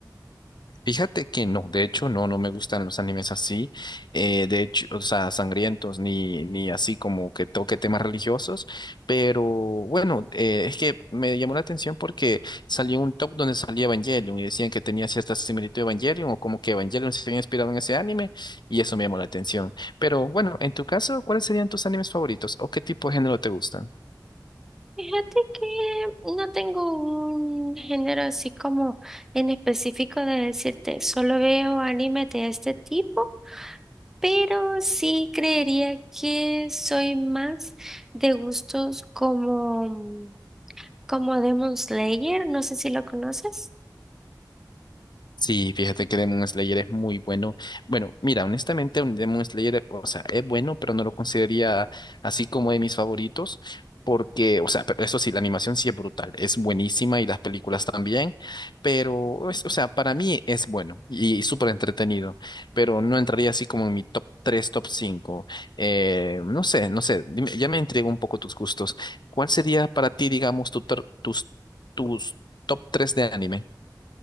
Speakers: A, on the left (about 70°); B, in the centre.
A: Fíjate que no, de hecho no, no me gustan los animes así, eh, de hecho, o sea, sangrientos ni, ni así como que toque temas religiosos, pero bueno, eh, es que me llamó la atención porque salió un top donde salía Evangelion y decían que tenía cierta similitud a Evangelion o como que Evangelion se había inspirado en ese anime y eso me llamó la atención. Pero bueno, en tu caso, ¿cuáles serían tus animes favoritos o qué tipo de género te gustan?
B: Fíjate que no tengo un género así como en específico de decirte, solo veo anime de este tipo, pero sí creería que soy más de gustos como Como Demon Slayer, no sé si lo conoces.
A: Sí, fíjate que Demon Slayer es muy bueno. Bueno, mira, honestamente, un Demon Slayer, o sea, es bueno, pero no lo consideraría así como de mis favoritos, porque, o sea, pero eso sí, la animación sí es brutal, es buenísima y las películas también, pero, es- o sea, para mí es bueno y, súper entretenido, pero no entraría así como en mi top 3, top 5. Eh, no sé, no sé, dime- ya me intrigó un poco tus gustos. ¿Cuál sería para ti, digamos, tu, tor- tus, tus top 3 de anime?